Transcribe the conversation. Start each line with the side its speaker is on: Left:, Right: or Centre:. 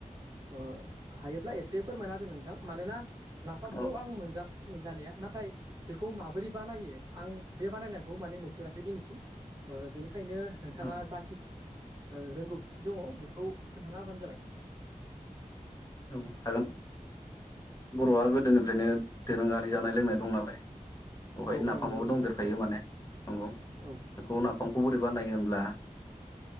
Right: ओ हायोब्ला एसे फोरमायना द नोंथां मानोना नाफामखौ
Left: औ
Right: आं मोनजाबाय मोनजानाया नाथाय बेखौ माबोरै बानायो आं बे बानायनायखौ माने नुफेराखै दिनैसिम बेनिखायनो नोंथाङा
Left: औ
Right: जाखि रोंगौथि दङ बेखौ खोन्थाना हाबानो जाबाय
Left: औ होगोन बर'आ गोदोनिफ्रायनो दोरोङारि जानाय लोंनाय दं नालाय बेवहाय
Right: औ
Left: नाफामाबो
Right: औ नंगौ नोंथां
Left: दंदेरखायो माने न नंगौ
Right: औ
Left: बेखौ नाफामखौ बोरै बानायो होनोमब्ला